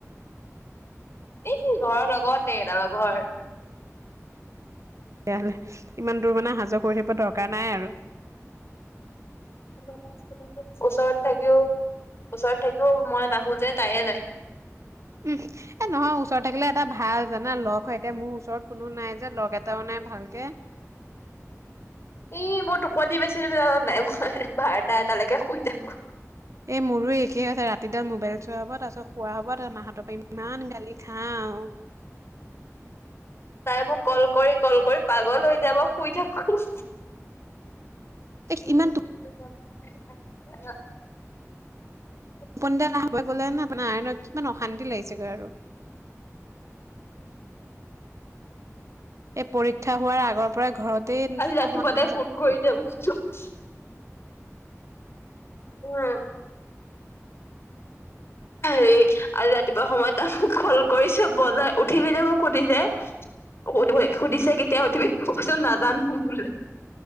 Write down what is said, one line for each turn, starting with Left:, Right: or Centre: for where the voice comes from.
Left: এই ঘৰৰ লগতে এদখলৰ ঘৰৰ
Right: তেতিয়াহলে ইমান দূৰ মানে আহা যোৱা কৰি থাকিব দৰকাৰ নাই আৰু
Left: ওচৰত থাকিও ওচৰত থাকিও মই নাহো যে তাইয়ে যায়
Right: উম এ নহয় ওচৰত থাকিলে এটা ভাল জানা লগ হয় এতিয়া মোৰ ওচৰত কোনো নাই যে লগ এটাও নাই ভালকে
Left: এই মই টোপনি বেছি তুমি জানা নে নাই মই বাৰটা এটালৈকে শুই থাকো
Right: এ মোৰো একে আছে ৰাতিডাল মোবাইল চোৱা হব তাৰপাছত শুৱা হব তাৰ মাহতৰ পা ইমান গালি খাওঁ
Left: তাই মোক কল কৰি কল কৰি পাগল হৈ যাব শুই থাকো <unintelligible>
Right: এ ইমান পন্ধিয়া <unintelligible> সময় গ'লে ন আপোনাৰ আইন কিমান অশান্তি লাগিছেগৈ আৰু এই পৰীক্ষা হোৱাৰ আগৰ পৰাই ঘৰতেই
Left: আজি
Right: থকা
Left: ৰাতিপুৱা
Right: হোৱা নাই
Left: তাই
Right: জানো আৰু
Left: <unintelligible> উম হেৰি আজি ৰাতিপুৱা সময় তাত মোক কল কৰিছোঁ বজাই উঠিলে মোক সুধিছে, <unintelligible> সুধিছে কেতিয়া উঠিবি মই কৈছো নাজানো বোলো